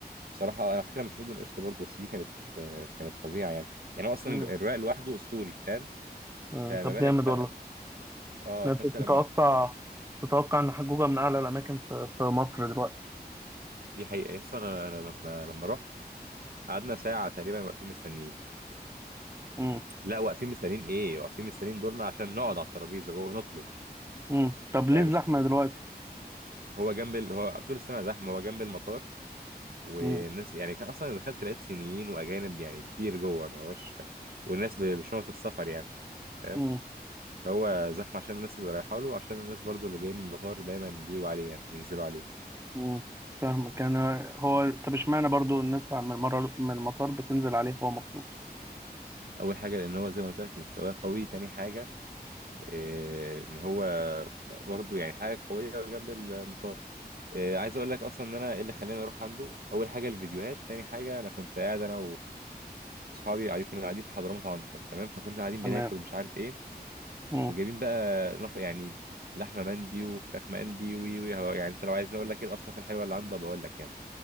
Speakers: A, on the right; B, on the right.
A: بصراحه انا على فكره مش مدمن قشطه برضه بس دي كانت آه، كانت فظيعه يعني يعني هو اصلا
B: مم.
A: الرق لوحده اسطوري فاهم
B: مم.
A: فما
B: طب
A: بالك
B: جامد
A: بقى
B: والله
A: اه
B: انت
A: فانت
B: تتوقع
A: لما
B: تتوقع ان حجوجة من اعلى الاماكن في في مصر دلوقتي
A: <laughs> دي حقيقه اصلا انا أنا لما لما رحت قعدنا ساعه تقريبا واقفين مستنيين
B: امم
A: لا واقفين مستنيين ايه واقفين مستنيين دورنا عشان نقعد على الترابيزه جوه نطلب
B: امم طب
A: يعني
B: ليه الزحمة
A: مش
B: دلوقتي
A: هو جنب ال... هو طول السنه زحمه هو جنب المطار والناس
B: امم
A: يعني كان اصلا دخلت لقيت صينيين واجانب يعني كتير جوه ما هوش والناس ب- بشنط السفر يعني فاهم
B: امم
A: فهو زحمه عشان الناس اللي رايحه له وعشان الناس برضو اللي جايه من المطار دايما بيجوا عليه يعني بينزلوا عليه
B: امم فاهمك كان هو طب اشمعنى برضو الناس من المرة من المطار بتنزل عليه هو مخصوص
A: اول حاجه لان هو زي ما قلت لك مستواه قوي تاني حاجه إيه ان هو برضو يعني حاجه قويه جنب المطار إيه عايز اقول لك اصلا ان انا ايه اللي خلاني اروح عنده اول حاجه الفيديوهات تاني حاجه انا كنت قاعد انا واصحابي قاعدين كنا قاعدين في حضرموت عنتر تمام فكنا قاعدين
B: تمام
A: بناكل ومش عارف ايه
B: امم
A: وجايبين بقى نف... يعني لحمه مندي وفراخ مندي وي وي هو- يعني انت لو عايزني اقول لك ايه الاصناف الحلوه اللي عنده بقول لك يعني